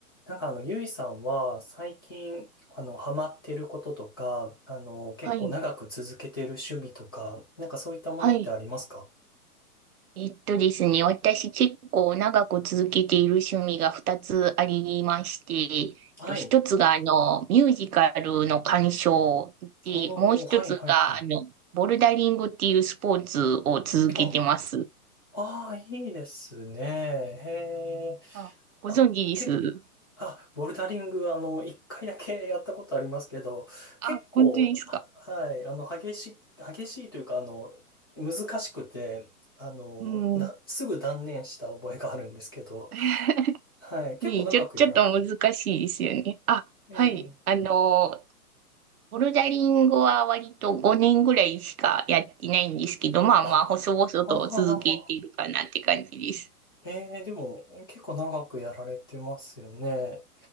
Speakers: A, on the left (about 15°); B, on the right (about 70°).
A: なんかあの、ゆいさんは最近、あの、ハマってることとか、あの、結構長く続けてる趣味とか、
B: はい、
A: なんかそういったものってありますか
B: はい。えっとですね、私結構長く続けている趣味が2つありまして、えっと1つがあのミュージカルの鑑賞で、
A: はい。おー、
B: もう1つがあのボルダリングっていうスポーツを続けてます。
A: はいはいはい。あ、ああ、いいですね。へえ。
B: あ、ご存知です
A: あ、け、あ、ボルダリング、あの、一回だけやったことありますけど、
B: あ、
A: 結構、
B: 本当ですか
A: ははい、あの、激し、激しいというか、あの、難しくて、あの、
B: うん。
A: なすぐ断念した覚えがあるんですけど、
B: <laughs>
A: はい。結構長くやられてる。
B: ねえ、ちょ、ちょっと難しいですよね。あ、
A: ええ。
B: はい。あの、ボルダリングは割と5年ぐらいしかやってないんですけど、まあまあ、
A: あ、
B: 細々と続けているかなって感じです。
A: ああ。ええ、でも、結構長くやられてますよね。